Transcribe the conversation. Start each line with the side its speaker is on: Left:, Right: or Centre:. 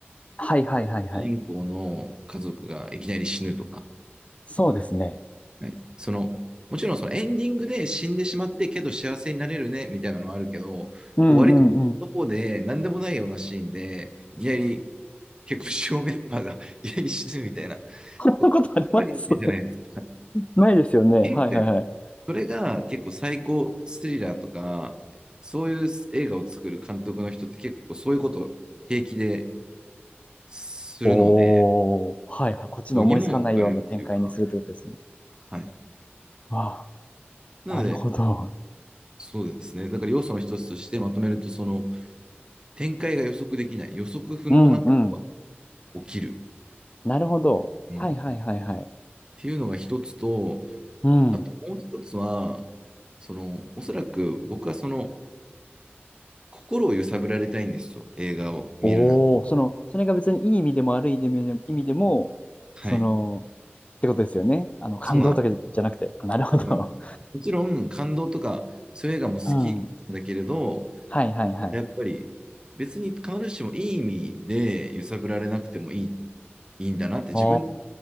Left: はいはいはいはい。
Right: 主人公の家族がいきなり死ぬとか、
Left: そうですね。
Right: はいその、もちろんそのエンディングで死んでしまってけど幸せになれるねみたいなのはあるけど、
Left: うんうんうん。
Right: こう割との方で何でもないようなシーンで、いきなり結構主要メンバーが <laughs> いきなり死ぬみたいな、
Left: <laughs> こんなことあります
Right: こうあんまりないじゃないですか。
Left: ないですよね。
Right: え
Left: はいはいはい。
Right: それが結構最高スリラーとか、そういう映画を作る監督の人って結構そういうことを平気でするので、
Left: おー、はいはい。こっちの思いつかないような展開にするってことですよね。
Right: 度肝を抜かれるっていうか、はい。
Left: わあ、
Right: なので、
Left: なるほど。
Right: そうですね。だから要素の一つとしてまとめると、その、展開が予測できない、予測不能な
Left: うんうん。
Right: 起きる
Left: なるほど。
Right: うん。
Left: はいはいはいはい。
Right: っていうのが一つと、
Left: うん。
Right: あともう一つは、その、おそらく僕はその、心を揺さぶられたいんですよ、映画を見る中で。
Left: おお、その、それが別にいい意味でも悪い意味でも、意味でも、
Right: はい。
Left: その、ってことですよね。あの、感動とかじゃなくて。
Right: そうなの。
Left: あなるほど。
Right: そうなのもちろん、感動とか、そういう映画も好きだけれど、
Left: うん。はいはいはい。
Right: やっぱり、別に必ずしもいい意味で揺さぶられなくてもいい、いいんだなって自分で
Left: お